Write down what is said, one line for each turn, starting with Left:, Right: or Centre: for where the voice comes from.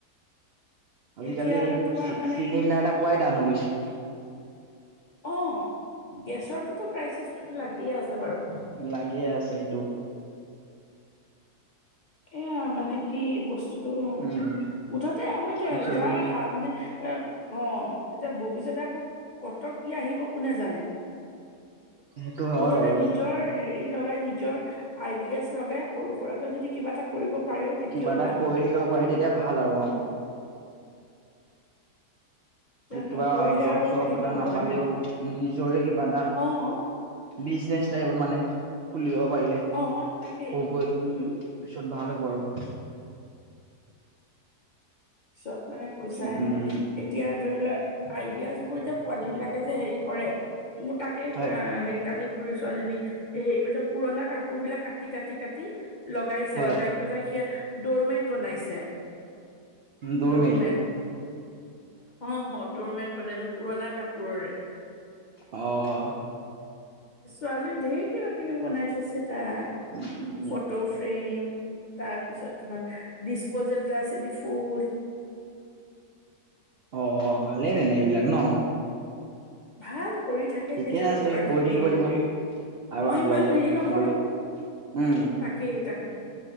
Right: আজিকালি
Left: এতিয়া আৰু তোমাৰ
Right: চি
Left: মানে
Right: চিলিণ্ডাৰ এটা পোৱাই টান হৈ গৈছে।
Left: অ' গেছৰটোতো ক্ৰাইচিচটোতো লাগিয়ে আছে বাৰু।
Right: লাগিয়ে আছে সেইটো।
Left: এয়া মানে কি বস্তুটো।
Right: উম
Left: মুঠতে হয়তোৱে
Right: পিছলৈ
Left: যাৰ হা মানে এ অ' এতিয়া ভৱিষ্যতে আকৌ ক'ত কি আহিব কোনে জানে,
Right: সেইটো
Left: মুঠতে
Right: হয় বাৰু।
Left: নিজৰ হেৰি হেৰি লগাই নিজৰ আইডিয়াছ লগাই সৰু সুৰাৰাকৈ যদি কিবা এটা কৰিব পাৰেও তেতিয়াও
Right: কিবা এটা
Left: ভাল
Right: কৰি থাকিব পাৰি তেতিয়া ভাল আৰু অ'।
Left: এতিয়া
Right: কিবা
Left: নকৰিলে
Right: জব
Left: আৰু
Right: চব
Left: কেনেকে
Right: এটা
Left: হ'ব
Right: নাপালেও
Left: হয়নে
Right: নিজৰে কিবা এটা
Left: অ
Right: বিজনেচ টাইপত মানে খুলি ল'ব পাৰিলে
Left: অ', তাকেই
Right: সৰুকৈ
Left: উম,
Right: পিছত ভাল হ'ব আৰু।
Left: পিছত মানে কৈছা
Right: উম
Left: এনে এতিয়া ধৰি লোৱা আইডিয়াজ বোৰ যে পোৱালী বিলাকে যে হেৰি কৰে মোৰ তাক একেই
Right: হয়
Left: হেৰি কালি সৰু ছোৱালী জনী হেৰি কৰিছে পুৰণা কাপোৰ বিলাক কাটি কাটি কাটি লগাইছে
Right: হয়
Left: লগাই পেলাই সে দ'ৰমেট বনাইছে
Right: দৌৰমেট
Left: দ'ৰমেট অ' দ'ৰমেট বনাইছে পুৰণা কাপোৰৰে
Right: অ'
Left: ছোৱালীও ঢেৰ কিবা কিবি বনাই থৈছে তাই
Right: উম
Left: ফটো ফ্ৰেম তাৰপিছত তোমাৰ ডিচপ'জেল গ্লাছেদি ফুল।
Right: অ' ভালেই তেনে এইবিলাক ন
Left: ভাল কৰি থাকে
Right: ঠিকে
Left: কেতিয়াবা
Right: আছে
Left: কিবা
Right: কৰি
Left: কিবি
Right: থাকিব
Left: হেৰি
Right: দিব
Left: কৰি
Right: আৰু
Left: মই
Right: আগুৱাই
Left: ইমান
Right: যাওক
Left: হেৰি নকৰোঁ।
Right: আগলৈ উম।
Left: তাকেই তাকেই